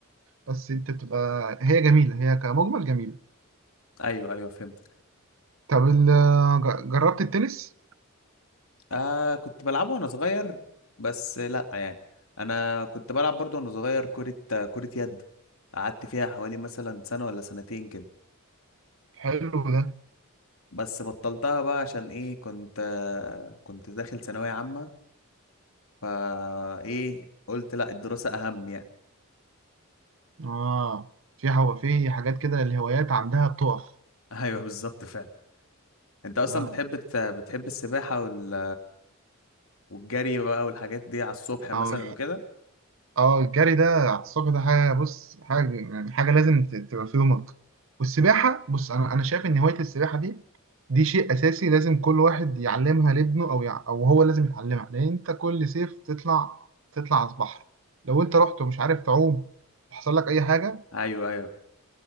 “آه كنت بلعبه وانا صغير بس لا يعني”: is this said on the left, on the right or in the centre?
Left